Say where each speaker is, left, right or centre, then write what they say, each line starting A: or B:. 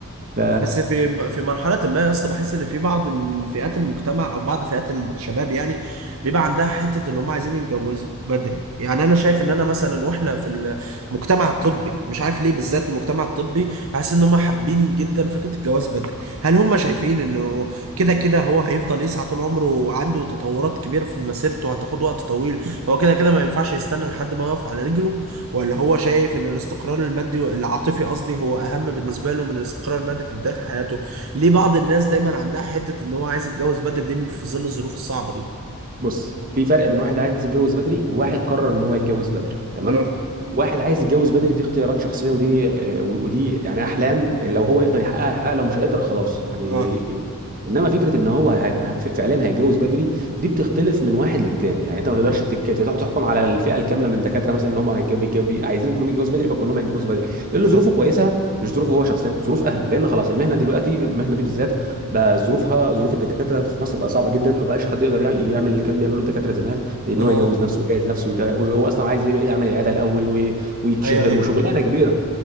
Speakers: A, on the right; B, on the right.
A: ف
B: بس في في مرحلة ما يا اسطى بحس ان في بعض ال- فئات المجتمع او بعض فئات الشباب يعني بيبقى عندها حتة ان هم عايزين يتجوزوا بدري يعني انا شايف ان انا مثلا واحنا في المجتمع الطبي مش عارف ليه بالذات المجتمع الطبي بحس ان هم حابين جدا فكرة الجواز بدري هل هم شايفين انه كده كده هو هيفضل يسعى طول عمره عنده تطورات كبيرة في مسيرته هتاخد وقت طويل هو كده كده ما ينفعش يستنى لحد ما يقف على رجله ولا هو شايف ان الاستقرار المادي العاطفي قصدي هو اهم بالنسبه له من الاستقرار المادي في بدايه حياته ليه بعض الناس دايما عندها حته ان هو عايز يتجوز بدري دي في ظل الظروف الصعبه دي
A: بص في فرق بين واحد عايز يتجوز بدري وواحد قرر ان هو يتجوز بدري تمام
B: اه
A: واحد عايز يتجوز بدري دي اختيارات شخصيه ودي آه، ودي يعني احلام آه، لو هو يقدر يحققها يحققها لو مش هيقدر خلاص يعني
B: اه
A: انما فكره ان هو هي- ف- فعلا هيتجوز بدري دي بتختلف من واحد للتاني يعني انت ما تقدرش
B: اه
A: تك- تروح تحكم على الفئه الكامله من الدكاتره مثلا ان هم هيتجوزوا بيتجوزوا- عايزين كلهم يتجوزوا بدري فكلهم هيتجوزوا بدري اللي
B: اه
A: ظروفه كويسه مش ظروفه هو شخصيا ظروف اهله لان خلاص المهنه دلوقتي المهنه دي بالذات بقى ظروفها ظروف الدكاتره في مصر بقى صعبه جدا ما بقاش حد يقدر يع- يعمل اللي كان بيعمله الدكاتره زمان ان
B: اه
A: هو يجوز نفسه ويجهز نفسه ويجا- وهو اصلا عايز يبقى يعمل عياده الاول وي- ويتشهر
B: ايوه ايوه
A: وشغلانه كبيره